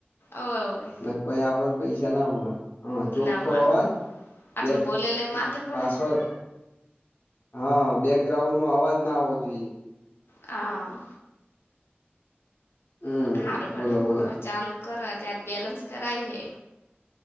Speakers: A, on the left; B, on the left.
A: ઓવે ઓવે
B: નક પહિ આપણને પૈસા ના મળે હ ચોખ્ખો
A: ના મળે
B: અવાજ.
A: આટલું
B: બેગ
A: બોલેલે માથે પડે
B: પાછળ.
A: ને
B: હા બેગ્રાઉન્ડમાં અવાજ ના આવવો જોઈએ.
A: હા.
B: હમ
A: હારું હડો
B: બોલો બોલો
A: ચાલુ કરો અત્યારે બેલેન્સ કરાયુ હે.